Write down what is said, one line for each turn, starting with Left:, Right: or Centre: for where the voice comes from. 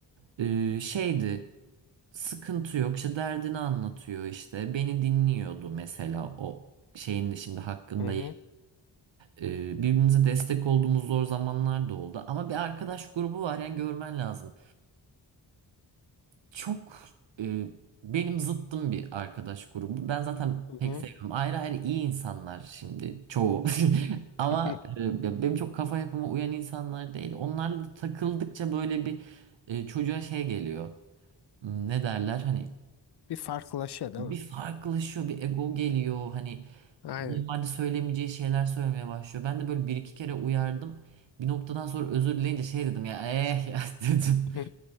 Right: e, şeydi. Sıkıntı yok. işte derdini anlatıyor işte. Beni dinliyordu mesela o şeyin de şimdi hakkında
Left: Hı hı.
Right: ee, birbirimize destek olduğumuz zor zamanlar da oldu. Ama bir arkadaş grubu var yani görmen lazım. Çok e, benim zıttım bir arkadaş grubu. Ben zaten
Left: Hı
Right: pek
Left: hı.
Right: sevmiyorum. Ayrı ayrı iyi insanlar şimdi çoğu. <laughs> Ama
Left: <laughs>
Right: e, benim çok kafa yapıma uyan insanlar değil. Onlarla da takıldıkça böyle bir e, çocuğa şey geliyor. Hmm, Ne derler hani
Left: Bir farklılaşıyor değil
Right: bir
Left: mi?
Right: farklılaşıyor, bir ego geliyor. Hani
Left: Aynen.
Right: Normalde söylemeyeceği şeyler söylemeye başlıyor. Ben de böyle bir iki kere uyardım. Bir noktadan sonra özür dileyince şey dedim ya eh ya <laughs> dedim.
Left: Hı hı.